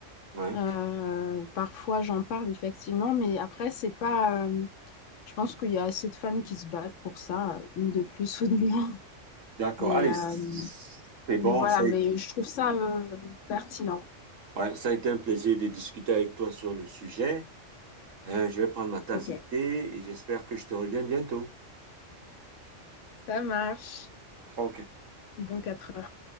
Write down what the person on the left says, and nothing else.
Euh, parfois, j'en parle, effectivement. Mais après, c'est pas, euh, je pense qu'il y a assez de femmes qui se battent pour ça, euh, une de plus ou de moins.
Mais,
euh,
mais voilà,
mais
je trouve ça, euh, pertinent.
Ok,
ça marche.
Bon, 4 heures.